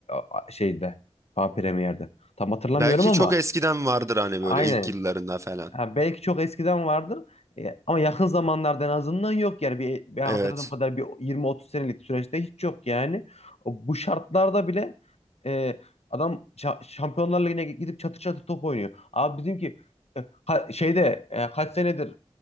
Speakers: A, on the left; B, on the right.
A: a- şeyde, Fa Premier'de. Tam hatırlamıyorum
B: Belki
A: ama
B: çok
A: Çok
B: eskiden vardır hani
A: aynen
B: böyle ilk yıllarında falan.
A: Ha, belki çok eskiden vardır E, ama yakın zamanlarda en azından yok yani bir, ben
B: Evet.
A: hatırladığım kadar bir 20-30 senelik süreçte hiç yok yani. O- Bu şartlarda bile e, adam şa- Şampiyonlar Ligi'ne gidip çatır çatır top oynuyor. Abi bizimki e, ka- şeyde e, kaç senedir